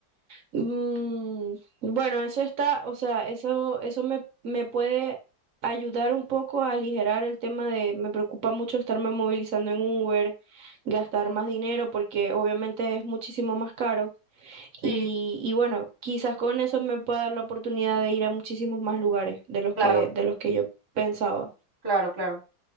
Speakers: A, on the right; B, on the right.
A: Mm, bueno, eso está, o sea, eso, eso me, me puede ayudar un poco a aligerar el tema de, me preocupa mucho estarme movilizando en Uber, gastar
B: Mm.
A: más dinero porque obviamente es muchísimo más caro.
B: Sí,
A: Y, y bueno, quizás con eso me pueda dar la oportunidad de ir a muchísimos más lugares de los
B: claro,
A: que, de los que yo pensaba.
B: claro, claro.